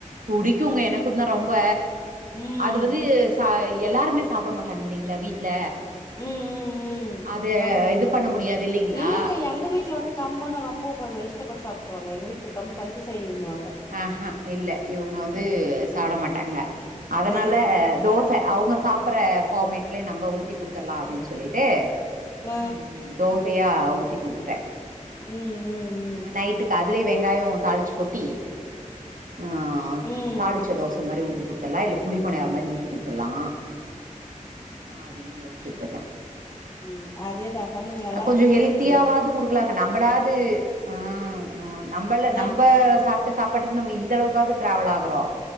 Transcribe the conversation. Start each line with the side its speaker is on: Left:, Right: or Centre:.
Right: புடிக்குங்க எனக்கு தா ரொம்ப
Left: ம்
Right: அது வந்து ஆ எல்லாருமே சாப்பிட மாட்டாங்க இல்லைங்களா வீட்ல
Left: ம் ம் ம்
Right: அது
Left: கம்ப
Right: இது பண்ண முடியாது இல்லைங்களா
Left: இல்லைங்க எங்க வீட்டுல வந்து கம்பன்ன ரொம்ப இஷ்டப்பட்டு சாப்பிட்டுருவாங்க எங்க வீட்டுக்கு கம்பு கஞ்சி செய்ய வின்வாங்க
Right: ஆ ஆ இல்ல இவங்க வந்து சாப்புட மாட்டாங்க அதனால
Left: ஆ
Right: தோ ச அவங்க சாப்பிடற ஃபார்மேட்லே நம்ம ஊத்தி கொடுத் துரலா
Left: ஓ.
Right: அப்டின்னு சொல்லிட்டு
Left: ஆ
Right: ம் ம் தோசையா ஊத்தி குடுத்துட்டேன்
Left: ம்
Right: ஆ
Left: ம்
Right: நைட்டுக்கு அதுலயே வெங்காயோ தாளிச்சு கொட்டி ஆ
Left: ம் ம்
Right: தாளிச்ச தோச மாதிரி ஊத்தி குத்துடலா இல்ல குழி பணையார மாதிரி ஊத்தி குத்துலா ஆ அப்டின்னு யோசிச்சுட்டு இருக்கேன்
Left: ம் அதேதா பண்ணுங்க நல்லா
Right: ம்ச் கொஞ்சோ
Left: இருக்கு
Right: ஹெல்த்தியாவது
Left: டேஸ்ட் நல்லா
Right: கொடுக்கலாங்க நம்மளாது ம் ம் நம்மள
Left: நா
Right: நம்ம சாப்பிட்ட சாப்பாட்டுக்கு நம்ம இந்த அளவுக்காவது டிராாவல் ஆகுறோம்